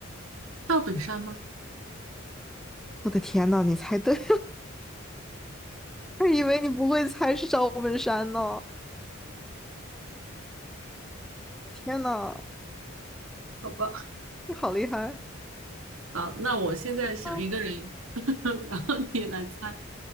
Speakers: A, on the right; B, in the centre.
A: 赵本山吗？
B: 我的天呐，你猜对了，<laughs> 我以为你不会猜是赵本山呢，天呐，
A: 好吧，
B: 你好厉害。
A: 啊，那我现在想一个人，
B: OK
A: <laughs> 然后你来猜，